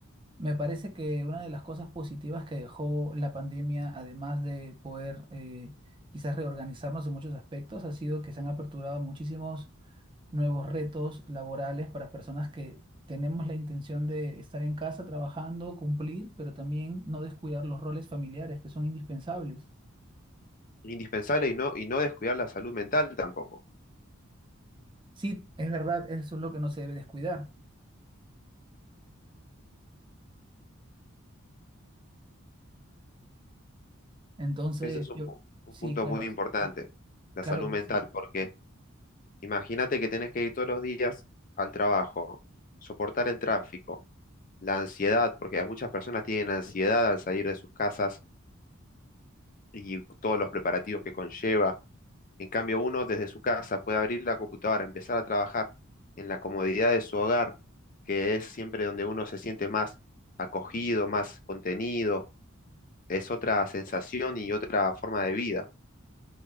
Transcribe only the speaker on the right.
me parece que una de las cosas positivas que dejó la pandemia, además de poder eh, quizás reorganizarnos en muchos aspectos, ha sido que se han aperturado muchísimos nuevos retos laborales para personas que tenemos la intención de estar en casa trabajando, cumplir, pero también no descuidar los roles familiares que son indispensables.
Sí, es verdad, eso es lo que no se debe descuidar. Entonces,
yo,
sí,
claro,
claro
que
sí.